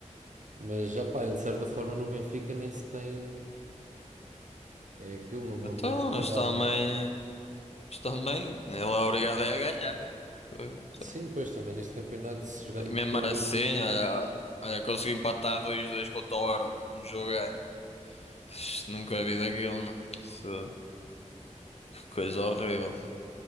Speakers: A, on the right (about 80°); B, on the left (about 55°).
A: mas já pá, ele de certa forma no Benfica nem se tem, é aquilo, não, não
B: Então,
A: tem se lidado
B: eles também.
A: mal.
B: Mas também, ele é obrigado é a ganhar. Foi- então,
A: Sim, pois também neste campeonato, se jogando
B: E mesmo
A: pelo
B: assim,
A: Benfica.
B: olha, olha, conseguiu empatar 2 dois com o Toro, com um jogo ganho. Isto Nunca vi daquilo, não. Isso- que coisa horrível.